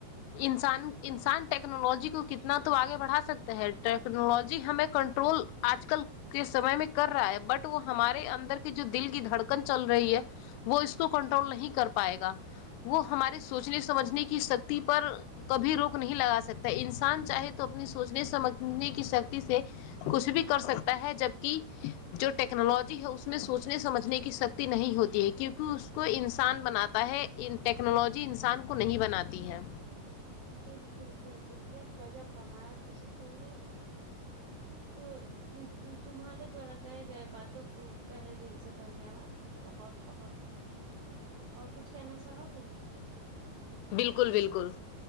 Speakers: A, on the left; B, on the right.
A: انسان انسان ٹیکنالوجی کو کتنا تو آگے بڑھا سکتا ہے ٹیکنالوجی ہمیں کنٹرول آج کل کے سمے میں کر رہا ہے بٹ وہ ہمارے اندر کی جو دل کی دھڑکن چل رہی ہے وہ اس کو کنٹرول نہیں کر پائے گا وہ ہمارے سوچنے سمجھنے کی سکتی پر کبھی روک نہیں لگا سکتا انسان چاہے تو اپنی سوچنے سمجھنے کی شکتی سے کچھ بھی کر سکتا ہے جبکہ جو ٹیکنالوجی ہے اس میں سوچنے سمجھنے کی سک تی نہیں ہوتی ہے کیونکہ اس کو انسان بناتا ہے ٹیکنالوجی انسان کو نہیں بناتی ہے
B: بالکل بالکل کیا گزب فرمایا تسی تو نے تو ت تمہارے دوارا کہے گئے باتوں کو تہہ دل سے دھنیہ واد بہت بہت اور کچھ کہنا چاہو گی
A: بالکل بالکل